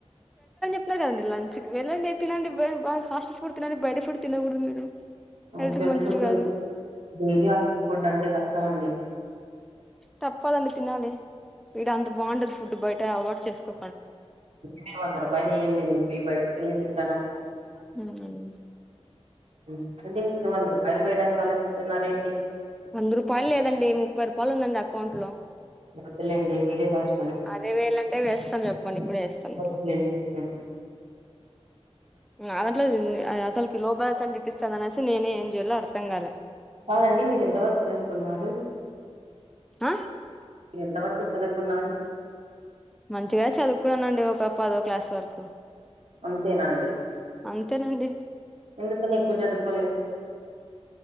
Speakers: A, in the centre; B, on the right (about 75°).
A: స్తానండి లంచ్ క వెళ్ళండి తినండి బాగా హాస్టల్ ఫుడ్ తినండి బయట ఫుడ్ తినకూడదు మీరు.
B: హాస్టల్
A: హెల్త్ కి మంచిది
B: ఫుడ్
A: కాదు
B: డైలీ హాస్టల్ ఫుడ్ అంటే కష్టమండి.
A: తప్పదండి తినాలి వడ అంత బాగుండదు ఫుడ్ బయట అలవాటు చేసుకో.
B: మీరు వంద రూపాయలు ఇయ్యండి నేను బయటకి వెళ్ళి తింటాను.
A: హ్మ్
B: హ్మ్ మీరు వంద రూపాయలు వేయడానికి ఆలోచిస్తున్నారేంటి.
A: వంద రూపాయలు లేదండి ముప్పై రూపాయలు ఉందండి అకౌంట్ లో.
B: వద్దులేండి మీరే దాచు
A: అదే వెయ్ లాంటే వేస్తాను చెప్పండి ఇప్పుడే వేస్తాను
B: వద్దులేండి
A: అట్లా
B: వద్దులేండి
A: హ అదట్లో అసలు క లో బ్యాలెన్స్ అని చప్పపిస్తంది అనేసి నేనే ఏం చేయాలో అర్థం కాలే
B: అవునండి మీరు ఎంత వరకు చదువుకున్నారు
A: ఆ
B: మీరు ఎంత వరకు చదువుకున్నారు
A: మంచిగానే చదువుకున్నానండి ఒక ప పదో క్లాస్ వరకు
B: అంతేనాండి
A: అంతేనండి
B: ఎందుకని ఎక్కువ చదువుకోలేదు